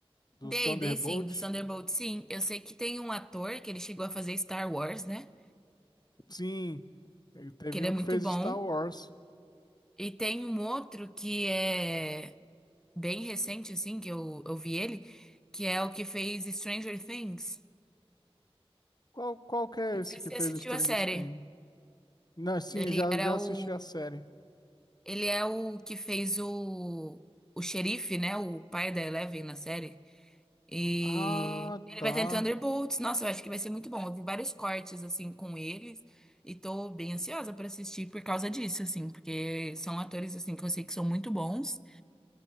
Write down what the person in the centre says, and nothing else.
Dei,
dei sim, do Thunderbolt, sim. Eu sei que tem um ator que ele chegou a fazer Star Wars, né?
Que ele
é muito
bom.
E tem um outro que é bem recente, assim, que eu, eu vi ele, que é o que fez Stranger Things.
Não
sei se
você
assistiu
a série.
Ele
era
o.
Ele é o que fez o. O xerife, né? O pai da Eleven na série. E
ele
vai estar em Thunderbolts. Nossa, eu acho que vai ser muito bom. Eu vi vários cortes, assim, com eles. E tô bem ansiosa pra assistir por causa disso, assim. Porque são atores, assim, que eu sei que são muito bons.